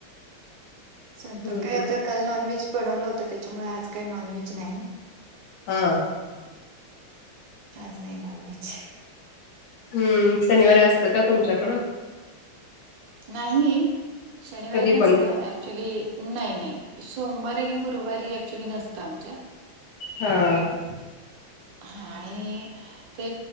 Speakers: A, on the right; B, on the left.
A: स्वयंपांक
B: हम्म
A: कायं तरं कालं नॉनव्हेज बनवलं होतं त्यांच्यामुळे आज काही नॉनव्हेजं नाहीं
B: हं
A: आंज नाहीं मानवांयचे
B: हम्मं शनिवारी असतं कां तुमच्यांकडं
A: नाहीं शनिवारी
B: कधी
A: नसतं
B: पण
A: ऍक्च्युली नाहीं नाहीं सोमवार आणि गुरुवारी ऍक्च्युली नसतं आमच्यातं
B: हां
A: हां आणि ते